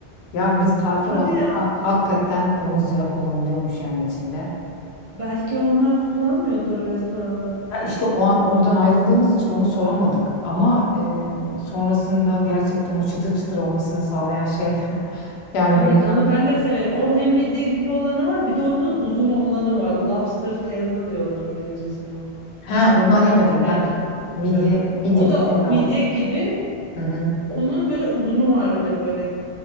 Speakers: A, on the left; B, on the right.
A: Ya biz tarife
B: Hadi
A: baktık.
B: ya.
A: Ha- hakikaten domuz yağı kullanılıyormuş yani içinde.
B: Belki onlar kullanmıyordur restoranda.
A: Ya işte o an oradan ayrıldığımız için onu soramadık. Ama e, sonrasında gerçekten o çıtır çıtır olmasını sağlayan şey <laughs> yani
B: Evet
A: bilmiyorum.
B: onu ben de severim. O hem midye gibi olanı var bir de onun uzun olanı var. Lobster tail diyorlar İngilizcesine onun.
A: He ondan yemedim
B: İtalyancasını
A: ben
B: bilmiyorum.
A: midye midye
B: O
A: tipiydi
B: da o, midye
A: ama.
B: gibi.
A: Hı hı.
B: Onun böyle uzunu var bir de böyle